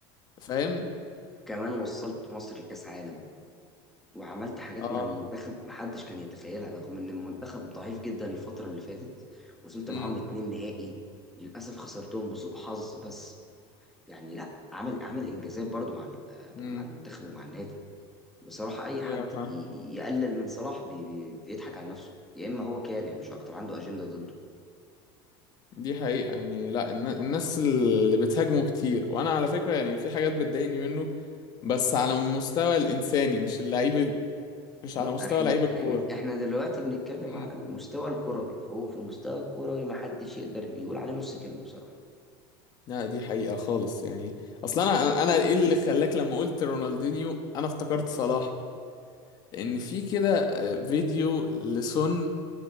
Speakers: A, on the left (about 35°); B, in the centre.
A: فاهم
B: كمان وصلت مصر لكاس عالم وعملت حاجات
A: اه
B: مع المنتخب محدش كان يتخيلها رغم ان المنتخب ضعيف جدا الفتره اللي فاتت وصلت
A: امم
B: معاهم اتنين نهائي للاسف خسرتهم بسوء حظ بس يعني لا عامل عامل انجازات برضو مع ال-
A: امم
B: مع المنتخب ومع النادي بصراحه اي حد
A: ايوه فاهم
B: ي- ي- يقلل من صلاح بي بي بيضحك على نفسه يا اما هو كاره مش اكتر عنده اجنده ضد
A: دي حقيقة يعني لا الن- الناس اللي بتهاجمه كتير وانا على فكرة يعني في حاجات بتضايقني منه بس على المستوى الانساني مش اللعيب ال- مش
B: لا،
A: على مستوى
B: احنا
A: لعيب الكورة
B: احنا احنا دلوقتي بنتكلم
A: امم
B: على المستوى الكروي فهو في المستوى الكروي ما حدش يقدر يقول عليه نص كلمة بصراحة
A: لا دي حقيقة خالص يعني
B: يعني-
A: اصلا انا انا ايه اللي خلاك لما قلت رونالدينيو انا افتكرت صلاح
B: مم.
A: ان في كده آه، فيديو لسون